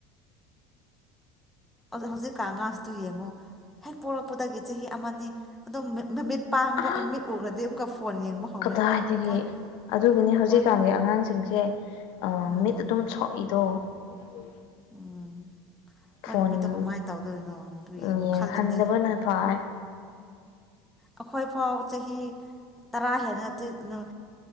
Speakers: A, in the centre; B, on the left.
A: ꯍꯧꯖꯤꯛꯀꯥꯟ ꯑꯉꯥꯡꯁꯤꯗꯣ ꯌꯦꯡꯉꯨ ꯍꯦꯛ ꯄꯣꯔꯛꯄꯗꯒꯤ ꯆꯍꯤ ꯑꯃꯅꯤ ꯑꯗꯨꯝ ꯃꯃꯤꯠ ꯄꯥꯡꯕ
B: ꯑ
A: ꯃꯤꯠ ꯎꯈ꯭ꯔꯗꯤ ꯑꯃꯨꯛꯀ ꯐꯣꯟ ꯌꯦꯡꯕ ꯍꯧꯔꯦ
B: ꯀꯗꯥꯏꯗꯒꯤ
A: ꯃꯣꯏ
B: ꯑꯗꯨꯒꯤꯅꯤ ꯍꯧꯖꯤꯛꯀꯥꯟꯒꯤ
A: ꯃꯣꯏ
B: ꯑꯉꯥꯡꯁꯤꯡꯁꯦ
A: ꯎꯝ
B: ꯃꯤꯠ ꯑꯗꯨꯝ ꯁꯣꯛꯏꯗꯣ <unintelligible>
A: ꯎꯝ
B: ꯐꯣꯟ
A: ꯃꯣꯏꯒꯤ ꯃꯤꯠꯇꯣ ꯀꯃꯥꯏꯅ ꯇꯧꯗꯣꯏꯅꯣ ꯇꯨ
B: ꯌꯦꯡꯍꯟꯗꯕꯅ
A: ꯌꯦꯡꯉꯣ ꯈꯜꯂꯣꯅꯦ
B: ꯐꯥꯏ
A: ꯑꯩꯈꯣꯏ ꯐꯥꯎ ꯆꯍꯤ ꯇꯔꯥ ꯍꯦꯟꯅ ꯅ